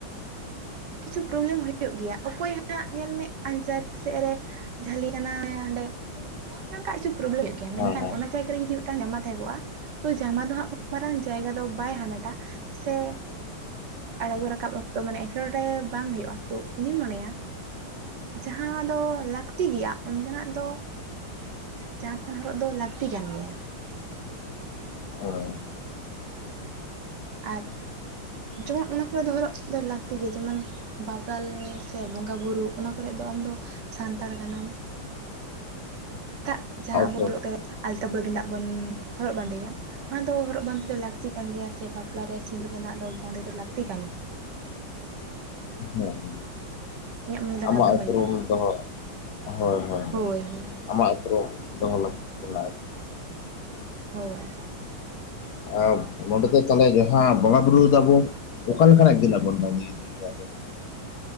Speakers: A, on the right (about 60°); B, on the left (about 65°).
A: ᱠᱤᱪᱷᱩ ᱯᱨᱚᱵᱽᱞᱮᱢ ᱦᱳᱭᱳᱜ ᱜᱮᱭᱟ᱾ ᱚᱠᱚᱭ ᱦᱟᱸᱜ ᱧᱮᱞ ᱢᱮ ᱟᱧᱪᱟᱨ ᱥᱮᱫ ᱨᱮ ᱡᱷᱟᱹᱞᱤ ᱠᱟᱱᱟᱭ ᱚᱸᱰᱮ ᱱᱚᱝᱠᱟ <unintelligible> ᱯᱨᱚᱵᱽᱞᱮᱢᱮ ᱜᱮᱭᱟ ᱢᱮᱱᱠᱷᱟᱱ
B: ᱦᱮᱸ
A: ᱚᱱᱟ
B: ᱦᱮᱸ
A: ᱡᱟᱭᱜᱟ ᱡᱩᱫᱤ ᱢᱤᱫᱴᱟᱝ ᱡᱟᱢᱟ ᱛᱟᱦᱮᱸᱠᱜᱼᱟ ᱛᱚ ᱡᱟᱢᱟ ᱫᱚ ᱦᱟᱸᱜ ᱠᱷᱩᱵ ᱢᱟᱨᱟᱝ ᱡᱟᱭᱜᱟ ᱫᱚ ᱵᱟᱭ ᱦᱟᱢᱮᱴᱟ ᱥᱮ ᱟᱬᱜᱚ ᱨᱟᱠᱟᱵ ᱚᱠᱛᱚ ᱢᱟᱱᱮ ᱱᱚᱸᱰᱮ ᱵᱟᱝ ᱦᱩᱭᱩᱜᱼᱟ ᱛᱳ ᱤᱧᱤᱧ ᱢᱚᱱᱮᱭᱟ ᱡᱟᱦᱟᱸ ᱫᱚ ᱞᱟᱹᱠᱛᱤ ᱜᱮᱭᱟ ᱚᱱᱠᱟᱱᱟᱜ ᱫᱚ ᱡᱟᱦᱟᱸ ᱯᱷᱮᱱ ᱦᱚᱨᱚᱜ ᱫᱚ ᱞᱟᱹᱠᱛᱤ ᱠᱟᱱ ᱜᱮᱭᱟ᱾
B: ᱦᱚᱭ᱾
A: ᱟᱨ ᱡᱮᱢᱚᱱ ᱚᱱᱟ ᱠᱚᱨᱮ ᱫᱚ ᱦᱚᱨᱚᱜ ᱫᱚ ᱞᱟᱹᱠ ᱛᱤ ᱜᱮ ᱡᱮᱢᱚᱱ ᱵᱟᱯᱞᱟᱞ ᱥᱮ ᱵᱚᱸᱜᱟ ᱵᱩᱨᱩ ᱚᱱᱟ ᱠᱚᱨᱮᱜ ᱫᱚ ᱟᱢᱫᱚ ᱥᱟᱱᱛᱟᱲ ᱠᱟᱱᱟᱢ ᱛᱟᱜ ᱡᱟᱦᱟᱸ ᱟᱵᱚᱱ
B: ᱦᱮᱸ
A: <unintelligible>
B: ᱦᱮᱸ
A: ᱟᱞᱛᱟ <unintelligible> ᱜᱮᱸᱫᱟᱜ ᱵᱚᱱ ᱦᱚᱨᱚᱜ ᱵᱟᱸᱫᱮᱭᱟ ᱚᱱᱟ ᱫᱚ ᱦᱚᱨᱚᱜ ᱵᱟᱸᱫᱮ ᱫᱚ ᱞᱟᱹᱠᱛᱤ ᱠᱟᱱ ᱜᱮᱭᱟ ᱥᱮ ᱵᱟᱯᱞᱟ ᱨᱮ ᱥᱤᱸᱫᱩᱨ ᱜᱮᱸᱫᱟᱜ ᱫᱚ ᱵᱟᱸᱫᱮ ᱫᱚ ᱞᱟᱠᱛᱤ ᱠᱟᱱ
B: ᱦᱚᱸ᱾
A: ᱤᱧᱟᱹᱜ ᱢᱚᱱᱮ ᱞᱮᱠᱟ
B: ᱟᱢᱟᱜ
A: ᱫᱚ
B: ᱩᱯᱨᱩᱢ
A: ᱦᱩᱭᱩᱜᱼᱟ
B: ᱫᱚ ᱦᱚᱭ ᱦᱚᱭ ᱦᱚᱭ
A: ᱦᱳᱭ ᱦᱳᱭ
B: ᱟᱢᱟᱜ ᱩᱯᱨᱩᱢ᱾ ᱫᱚᱦᱚ ᱞᱟᱹᱠᱛᱤ‌ ᱠᱟᱱᱟ᱾
A: ᱦᱚᱭ᱾
B: ᱟᱨ ᱱᱚᱸᱰᱮ ᱫᱚ ᱛᱟᱦᱚᱞᱮ ᱡᱟᱦᱟᱸ ᱵᱚᱸᱜᱟ ᱵᱩᱨᱩ ᱫᱟᱵᱚ ᱚᱠᱟ ᱞᱮᱠᱟ ᱱᱟᱜ ᱜᱮᱸᱫᱟ ᱵᱚᱱ ᱵᱟᱸᱫᱮ ᱤᱫᱤ ᱭᱟ ᱚᱸᱰᱮ ᱫᱚ?